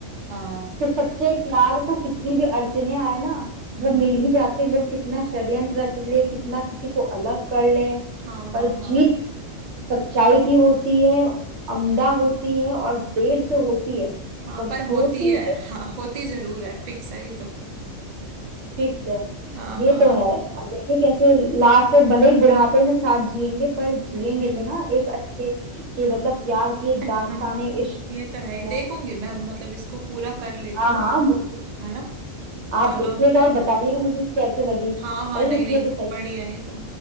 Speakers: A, on the right; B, on the right.
A: हाँ
B: कि सच्चे प्यार को कितनी भी अड़चने आए ना
A: हम्म
B: वो मिल ही जाते लोग कितना षड्यंत्र रच ले कितना किसी को अलग कर ले
A: हाँ हाँ
B: पर
A: हाँ
B: जीत सच्चाई की होती है अमदा होती है और देर से होती है
A: हाँ
B: पर
A: पर होती
B: होती
A: है
B: एक
A: हाँ होती जरूर है फिक्स है ये तो
B: फिक्स है
A: हाँ
B: ये
A: हाँ
B: तो है और देखिए कैसे लास्ट में भले ही बुढ़ापे में साथ जिएंगे पर जिएंगे
A: हम्म
B: तो ना एक अच्छे के मतलब प्यार की एक
A: हम्म
B: दास्तान
A: <laughs>
B: है इश्क
A: ये तो है ही
B: है।
A: देखूंगी मैं मतलब इसको पूरा कर लेती
B: हाँ
A: हूँ
B: हाँ बिल्कुल।
A: है ना
B: आप
A: चलो
B: देखिएगा और बताइएगा मुझे कैसे लगी
A: हाँ हाँ
B: अरे
A: नहीं
B: रुकिए
A: नहीं
B: तो सही
A: बढ़िया है ये तो